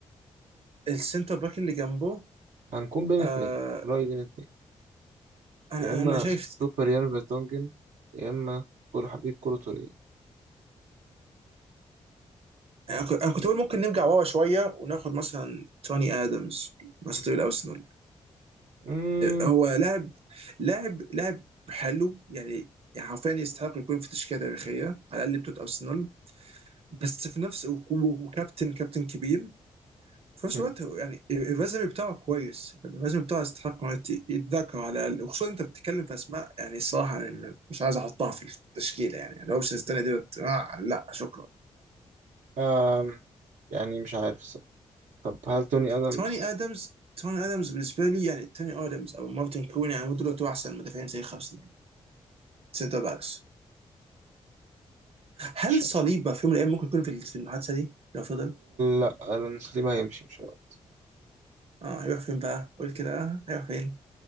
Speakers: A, on the right; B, on the right.
A: السنتر باك اللي جنبه
B: هنكون بين اتنين
A: آه
B: رأيي بين اتنين
A: انا
B: يا إما
A: انا شايف
B: سوبر يان فيرتونجن يا إما كل حبيب كولو توريه يعني
A: انا كنت
B: مش
A: أنا كنت
B: عارف
A: بقول ممكن نرجع ورا شويه وناخد مثلا توني ادمز مثلا طويل ارسنال
B: مم.
A: هو لاعب لاعب لاعب حلو يعني يعني حرفيا يستحق يكون في تشكيله تاريخيه على الاقل بتوع ارسنال بس في نفس وكابتن كابتن كابتن كبير في نفس
B: مم.
A: الوقت هو يعني الريزومي بتاعه كويس الريزومي بتاعه يستحق إنه يت- يتذكر على الاقل وخصوصا انت بتتكلم في اسماء يعني صراحه أنا مش عايز احطها في التشكيله يعني الاوبشنز الثانيه ديت آه لا شكرا
B: آم. يعني مش عارف الصراحة طب هل توني آدمز
A: توني ادمز توني ادمز بالنسبه لي يعني توني ادمز او مارتن كلوني يعني دول احسن مدافعين زي خمسه سنتر باكس هل
B: مش عارف.
A: صليبه في يوم من الايام ممكن يكون في في المحادثه دي لو فضل؟
B: لا ألونسو دي ما هيمشي مش هيروح
A: اه هيروح فين بقى؟ قول كده اه هيروح فين؟